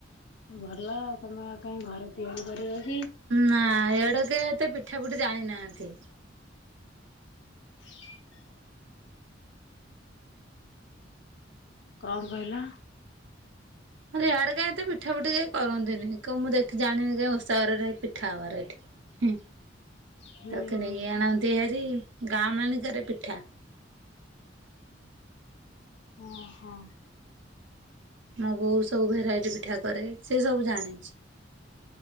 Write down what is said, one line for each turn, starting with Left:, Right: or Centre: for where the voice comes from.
Left: ଭଲ ଆଉ ତମେ କାହିଁ ଘରେ ତିଆରି କରିବେ
Right: ନା ଏଗୁଡାକ ଏତେ ପିଠା ପୁଠି ଜାଣିନାହାନ୍ତି
Left: <unintelligible> କଣ କହିଲ
Right: ଇଆଡେ କାଇଁ ଏତେ ପିଠା ପୁଠି କେଇ କରନ୍ତିନି କଣ ମୁଁ ଦେଖି ଜାଣିନି କାଇ ଉଷାହରରେ ପିଠା ହବାର ଏଠିଁ
Left: ହୁଁ
Right: ତା କେ
Left: ହୁଁ
Right: ନେଇ ଆଣନ୍ତି ହାରି ଗାଁ ମାନକରେ ପିଠା
Left: ଓଁ ହୋ
Right: ମୁଁ ବୋଉ ସବୁ ଭେରାଇଟି ପିଠା କରେ ସେ ସବୁ ଜାଣିଛି।